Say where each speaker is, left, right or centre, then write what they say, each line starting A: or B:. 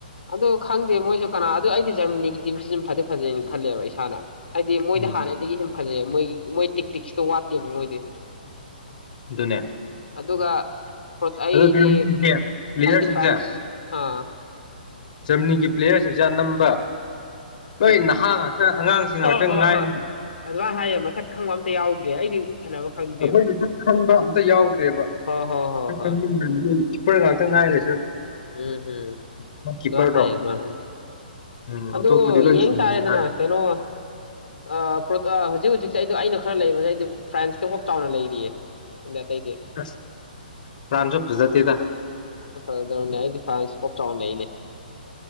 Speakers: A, on the left (about 85°); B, on the left (about 55°).
A: ꯑꯗꯣ ꯈꯪꯗꯦ ꯃꯣꯏꯁꯨ ꯀꯅꯥ ꯑꯗꯨ ꯑꯩꯗꯤ ꯖꯔꯃꯅꯤꯒꯤ ꯇꯤꯝꯁꯤ ꯁꯨꯝ ꯐꯗꯤ ꯐꯖꯩꯅ ꯈꯜꯂꯦꯕ ꯏꯁꯥꯅ ꯍꯥꯏꯗꯤ ꯃꯣꯏꯗ
B: ꯎꯝ
A: ꯍꯥꯟꯅꯗꯒꯤ ꯁꯨꯝ ꯐꯖꯩ ꯃꯣꯏ ꯃꯣꯏ ꯇꯦꯛꯇꯤꯛꯁꯇꯣ ꯋꯠꯇꯦꯕ ꯃꯣꯏꯗꯤ
B: ꯗꯨꯅꯦ
A: ꯑꯗꯨꯒ ꯑꯩꯗꯤ
B: ꯑꯗꯨ <unintelligible> ꯄ꯭ꯂꯦꯌꯔꯁꯤꯡꯁꯦ
A: ꯑꯩꯗꯤ ꯐ꯭ꯔꯥꯟꯁ ꯑꯥ
B: ꯒꯔꯃꯅꯒꯤ ꯄ꯭ꯂꯦꯌꯔꯁꯤꯡꯁꯦ ꯑꯅꯝꯕ ꯂꯣꯏ
A: <unintelligible>
B: ꯅꯍꯥ ꯉꯥꯛꯇ ꯑꯉꯥꯡꯁꯤꯡ
A: ꯍꯣ
B: ꯉꯥꯛꯇ
A: ꯍꯣꯏ
B: ꯉꯥꯏꯔꯤ
A: ꯍꯣꯏ ꯑꯗꯨꯃꯥꯏ ꯍꯥꯏꯌꯦ ꯃꯁꯛ ꯈꯪꯕ ꯑꯝꯇ ꯌꯥꯎꯗ꯭ꯔ‌ꯦ ꯑꯩꯗꯤ ꯁꯥꯟꯅꯕ ꯈꯪꯗꯦꯕ
B: ꯑꯈꯣꯏꯅ ꯁꯛ ꯈꯪꯕ ꯑꯝꯇ ꯌꯥꯎꯗ꯭ꯔꯦꯕ꯫
A: ꯍꯣꯏ ꯍꯣꯏ ꯍꯣꯏ
B: <unintelligible>
A: ꯍꯣꯏ
B: ꯀꯤꯄꯔ ꯉꯥꯛꯇ ꯉꯥꯏꯔ‌ꯦ꯫
A: ꯎꯝ ꯍꯨꯝ
B: ꯀꯤꯞꯄꯔꯗꯣ
A: ꯑꯗꯨꯃꯥꯏ ꯍꯥꯏ ꯑꯗꯨꯃꯥꯏ ꯍꯥꯏ
B: ꯎꯝ
A: ꯑꯗꯣ
B: ꯑꯇꯣꯞꯄꯗꯤ ꯂꯣꯏ
A: ꯌꯦꯡ
B: ꯁꯤꯡꯉꯦ
A: ꯇꯥꯔꯦꯗꯅ ꯀꯩꯅꯣ ꯑꯥ ꯄ꯭ꯔꫭꯇꯣ ꯑꯥ ꯍꯧꯖꯤꯛ ꯍꯧꯖꯤꯛꯁꯦ ꯑꯩꯗꯣ ꯑꯩꯅ ꯈꯔ ꯂꯩꯕꯁꯦ ꯑꯩꯗꯤ ꯐ꯭ꯔꯥꯟꯁꯇ ꯍꯣꯞ ꯆꯥꯎꯅ ꯂꯩꯔꯤꯌꯦ꯫ ꯑꯗ ꯑꯇꯩꯗꯤ
B: ꯑꯁ ꯄ꯭ꯔꯥꯟꯁꯨ ꯐꯖ ꯗ‌ꯦꯗ
A: ꯐꯖꯗ꯭ꯔꯕꯅꯦ? ꯑꯩꯗꯤ ꯐ꯭ꯔꯥꯟꯁ ꯍꯣꯞ ꯆꯥꯎꯅ ꯂꯩꯌꯦꯅꯦ꯫